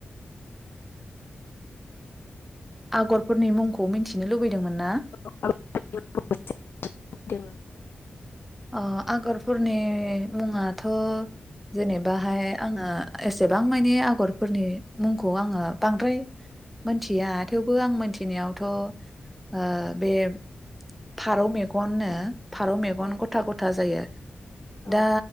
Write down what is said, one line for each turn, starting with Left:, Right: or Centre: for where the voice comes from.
Centre: आगरफोरनि मुंखौ मिनथिनो लुबैदोंमोन ना?
Left: <inaudible>
Centre: ओ आगरफोरनि मुङाथ' जेनेबाहाय आङो एसेबां मानि आगरफोरनि मुंखौ आङो बांद्राय मोनथिया थेव बो आं मोनथिनायावथ' ओ बे फारौ मेगननो फारौ मेगन
Left: औ
Centre: गथ गथा गथा जायो
Left: औ
Centre: दा